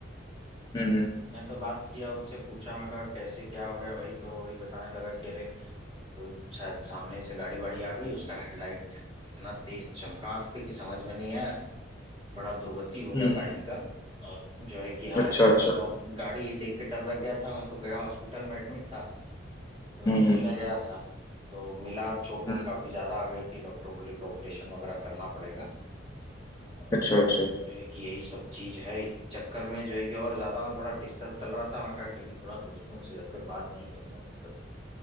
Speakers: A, on the left; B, on the right.
A: हम्म हम्म
B: मैं तो बात किया उससे पूछा मैं कहा कैसे क्या हो गया भाई तो वही बताने लगा कि अरे कोई शायद सामने से गाड़ी वाड़ी आ गई उसका हेडलाइट इतना तेज चमका आग पे कि समझ में नहीं आया बड़ा दुर्गति हो गया
A: हम्म।
B: गाड़ी का और जो है कि हालांकि
A: अच्छा
B: मुझे
A: अच्छा
B: तो गाड़ी ही देख के डर लग गया था मैं तो गया हॉस्पिटल में एडमिट था तो
A: हम्म
B: मिलने गया था तो मिला चोट वोट
A: हम्म,
B: काफी ज्यादा आ गई थी डॉक्टर बोले कि ऑपरेशन वगैरह करना पड़ेगा और
A: अच्छा अच्छा
B: जो है कि यही सब चीज है इस चक्कर में जो है कि और ज्यादा मैं थोड़ा डिस्टर्ब चल रहा था मैं कहा कि अभी थोड़ा दोस्तों से जब तक बात नहीं करूंगा तब तक